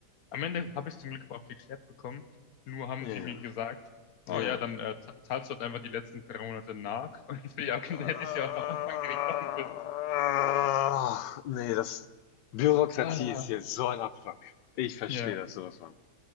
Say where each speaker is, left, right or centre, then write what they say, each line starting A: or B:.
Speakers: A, on the left; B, on the left.
A: am Ende habe ich es zum Glück aber auch geklärt bekommen. Nur haben
B: nee,
A: sie mir gesagt, oh
B: ja, ja.
A: ja, dann äh, za- zahlst du halt einfach die letzten drei Monate nach. <laughs> Und ich so, ja, okay,
B: Ah,
A: dann hätte ich es ja auch am Anfang direkt machen können.
B: nee, das Bürokratie
A: Ah,
B: ist hier so ein Abfuck. Ich verstehe
A: ja,
B: das sowas von.